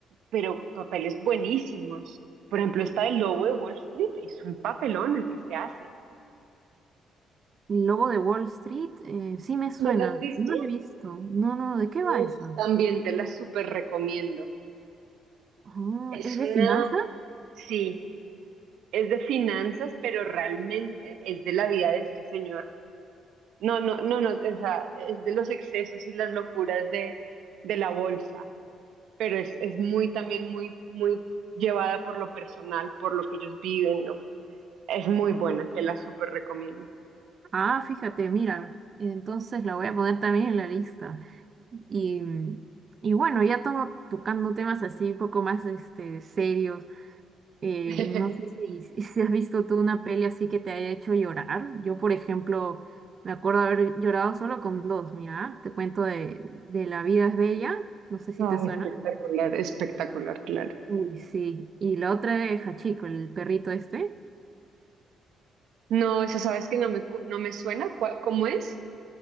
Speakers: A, on the right (about 80°); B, on the right (about 45°).
A: pero papeles buenísimos. Por ejemplo, esta del Lobo de Wall Street es un papelón el que se hace.
B: y Lobo de Wall Street, eh, sí me suena.
A: ¿No la has visto?
B: No lo he visto. No, no, ¿de qué
A: Uf,
B: va esa?
A: también te la súper recomiendo.
B: Ah,
A: Es
B: ¿es
A: una,
B: de finanzas?
A: sí, es de finanzas, pero realmente es de la vida de este señor. No, no, no, no, o sea, es de los excesos y las locuras de, de la bolsa, pero es, es muy también muy, muy llevada por lo personal, por lo que ellos viven, ¿no? Es muy buena, te la súper recomiendo.
B: Ah, fíjate, mira. Entonces la voy a poner también en la lista. Y, y bueno, ya tomo tocando temas así un poco más este, serios. Eh,
A: <laughs>
B: no sé si, <laughs> si- si has visto tú una peli así que te haya hecho llorar. Yo, por ejemplo, me acuerdo haber llorado solo con dos. Mira, te cuento de, de La vida es bella. No sé si
A: Ay,
B: te suena.
A: espectacular, espectacular, claro.
B: Uy, sí. Y la otra de Hachiko, el perrito este.
A: No, eso sabes que no me, cu- no me suena, cua- ¿cómo es?